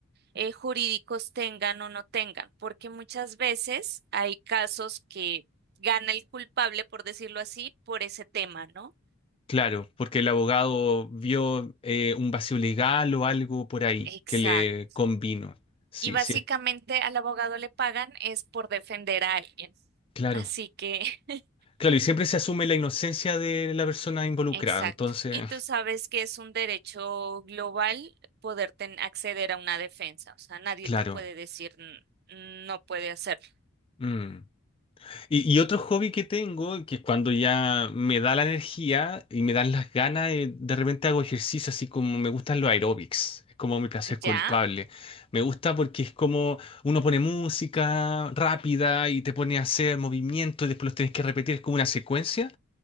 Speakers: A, on the right (about 50°); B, on the left (about 25°).
A: eh, jurídicos tengan o no tengan, porque muchas veces hay casos que gana el culpable, por decirlo así, por ese tema, ¿no?
B: claro, porque el abogado vio eh, un vacío legal o algo por ahí
A: Exacto.
B: que le convino. Sí,
A: Y básicamente
B: sí,
A: al abogado le pagan es por defender a alguien.
B: claro.
A: Así que, <laughs>
B: Claro, y siempre se asume la inocencia de la persona involucrada,
A: exacto.
B: entonces,
A: Y tú sabes que es un derecho global poder ten- acceder a una defensa. O sea, nadie
B: claro.
A: te puede decir "N- no puede hacerlo.
B: Mm. Y, y otro hobby que tengo, que cuando ya me da la energía y me dan las ganas, eh, de repente hago ejercicio, así como me gustan los aeróbics. Es como mi placer
A: Ya,
B: culpable. Me gusta porque es como uno pone música rápida y te pone a hacer movimientos y después los tienes que repetir, es como una secuencia.